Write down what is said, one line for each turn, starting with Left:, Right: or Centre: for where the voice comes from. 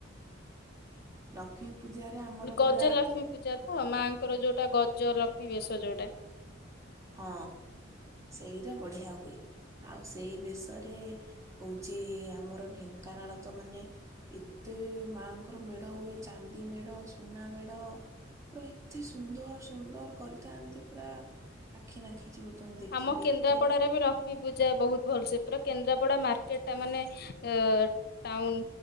Right: ଲକ୍ଷ୍ମୀ ପୂଜାରେ ଆମର
Left: ଗଜଲକ୍ଷ୍ମୀ
Right: ପୁରା
Left: ପୂଜା ତ ମାଙ୍କର ଯୋଉଟା ଗଜ ଲକ୍ଷ୍ମୀ ବେଶ ଯୋଉଟା।
Right: ହଁ ସେଇରା ବଢିଆ ହୁଏ ଆଉ ସେଇ ବେଶରେ ହଉଛି ଆମର ଢେଙ୍କାନାଳ ତ ମାନେ ଏତେ ମାଙ୍କର ମେଢ ମେଢ ହୁଏ ଚାନ୍ଦି ମେଢ ସୁନା ମେଢ। ପୁରା ଏତେ ସୁନ୍ଦର ସୁନ୍ଦର କରିଥାନ୍ତି ପୁରା ଆଖି ନାଖି ଯିବ। ତମେ ଦେଖିଲେ
Left: ଆମ କେନ୍ଦ୍ରାପଡାରେ
Right: ଏତେ
Left: ବି ଲକ୍ଷ୍ମୀ ପୂଜା ବହୁତ ଭଲସେ ପୁରା କେନ୍ଦ୍ରାପଡା ମାର୍କେଟ ଟା ମାନେ ଏ - ଟାଉନ୍